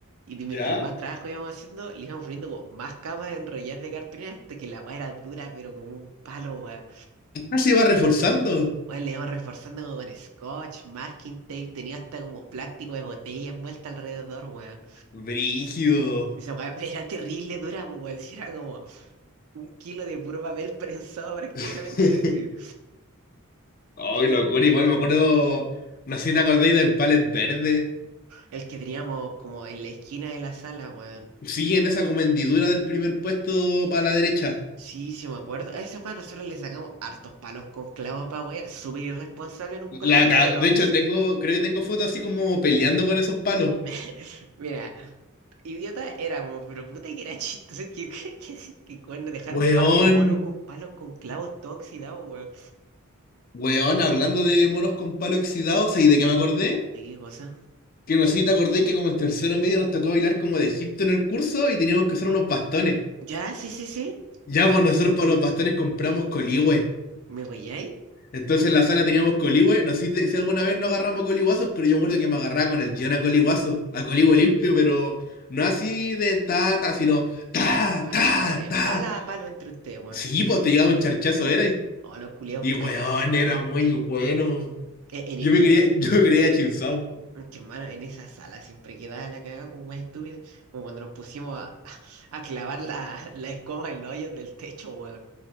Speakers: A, on the right; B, on the left.
A: Y de- mientras
B: ¿Ya?
A: más trabajo íbamos haciendo, le íbamos poniendo como más capas enrolladas de cartulina hasta que la weá era dura, pero como un palo, weón.
B: Ah, se iba reforzando.
A: Weón, le íbamos reforzando como con scotch, masking tape, tenía hasta como plástico de botella envuelta alrededor, weón.
B: Brígido.
A: Y Esa weá era terrible dura, pues, weón. Si era como. un kilo de puro papel <laughs> prensado prácticamente,
B: <laughs>
A: así.
B: Ay, locura, igual me acuerdo. No sé si te acordáis del palet verde.
A: El que teníamos como en la esquina de la sala, weón.
B: Sí, en esa como hendidura del primer puesto para la derecha.
A: Sí, sí me acuerdo. A ese weón nosotros le sacamos hartos palos con clavos para wear. Súper irresponsable en un
B: La,
A: colegio,
B: ca-
A: pero
B: de hecho, tengo, creo que tengo fotos así como peleando con esos palos.
A: <laughs> mira, idiota éramos, pero puta que era chistoso que, que, que, sí, que cuando dejar
B: Weón,
A: un par de monos con palos con clavos todo oxidado, weón.
B: weón, hablando de monos con palo oxidado, ¿sabes de qué me acordé?
A: ¿De qué cosa?
B: Que no sé si te acordé que como en tercero medio nos tocó bailar como de Egipto en el curso y teníamos que usar unos bastones.
A: Ya, sí, sí, sí.
B: Ya, pues nosotros para los bastones compramos coligüe.
A: ¿Me weyáis?
B: Entonces en la sala teníamos coligüe. No sé si, te- si alguna vez no agarramos coligüazos, pero yo me acuerdo que me agarraba con el guión a coligüazo, a coligüe limpio, pero no así de ta, ta, sino ta,
A: Así
B: ta,
A: como en
B: ta.
A: bala a palo entre ustedes, weón.
B: Sí, pues te llegaba un charchazo, era. Y,
A: Oh, los culiados
B: y
A: payasos,
B: weón, era
A: weón.
B: muy bueno.
A: E- en-
B: Yo
A: Es que
B: me quería,
A: en,
B: <laughs> yo me creía chinzao.
A: Es Que hermano, en esa sala siempre quedaba la cagada como más estúpida, como cuando nos pusimos a, a- a clavar la, la escoba en los hoyos del techo, weón.